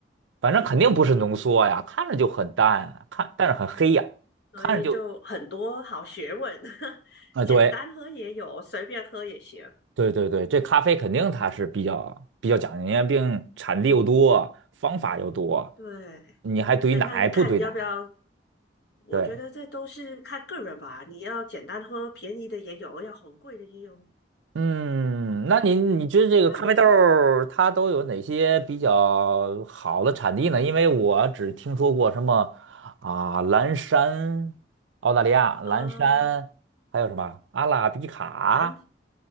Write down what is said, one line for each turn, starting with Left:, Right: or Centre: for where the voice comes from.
Right: 反正肯定不是浓缩呀，
Left: 嗯嗯嗯，
Right: 看着就很淡啊，看但是很黑呀，
Left: 所以就很多好学问，
Right: 看着就
Left: <laughs>
Right: 啊、
Left: 简单喝也有，
Right: 对，
Left: 随便喝也行。
Right: 对对对，这咖啡肯定它是比较比较讲究，因为毕竟产地又多，方法又多，
Left: 对，
Right: 你还兑奶不兑奶？
Left: 哎，那你看你要不要？我觉得这都是看个人吧。
Right: 对，
Left: 你要简单喝，便宜的也有，要很贵的也有。
Right: 嗯，那你你觉得这个咖啡豆儿它都有哪些比较好的产地呢？
Left: 那你呢？
Right: 因为我只听说过什么啊，蓝山，澳大利亚蓝山，
Left: 啊，
Right: 还有什么阿拉比卡？
Left: 蓝，